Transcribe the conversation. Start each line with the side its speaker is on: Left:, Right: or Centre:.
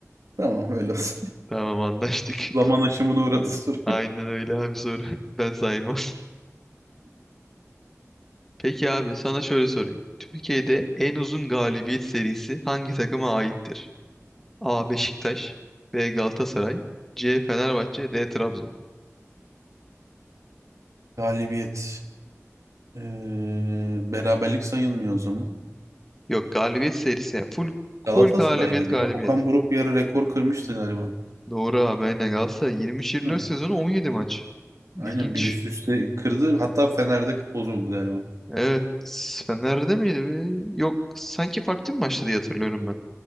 Right: Tamam öyle olsun.
Centre: <laughs> Tamam anlaştık.
Right: <laughs> Zaman
Centre: <laughs>
Right: aşımına uğradı soru.
Centre: Aynen öyle abi soru. <laughs> Ben saymam. Peki abi sana şöyle sorayım. Türkiye'de en uzun galibiyet serisi hangi takıma aittir? A. Beşiktaş B. Galatasaray C. Fenerbahçe D. Trabzon
Right: Galibiyet. Ee, beraberlik sayılmıyor o zaman.
Centre: Yok galibiyet serisi yani full,
Right: Galatasaray'dır
Centre: full galibiyet
Right: ya.
Centre: galibiyet.
Right: Okan Buruk bir ara rekor kırmıştı galiba.
Centre: Doğru abi aynen Galatasaray 23-24
Right: Değil mi?
Centre: sezonu 17 maç.
Right: Aynen
Centre: İlginç.
Right: bir üst üste kırdı. Hatta Fener'de bozuldu galiba.
Centre: Evet. Fener'de miydi? Bir- Yok. Sanki farklı bir maçtı diye hatırlıyorum ben.